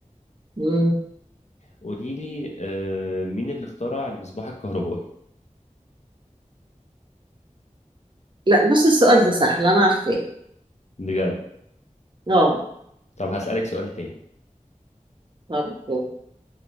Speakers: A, on the right (about 35°); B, on the left (about 60°).
A: مم.
B: قولي لي آه، مين اللي اخترع المصباح الكهربائي
A: لا بص السؤال ده سهل انا عارفاه
B: بجد
A: اه
B: طب هسألك سؤال تاني
A: طب طب.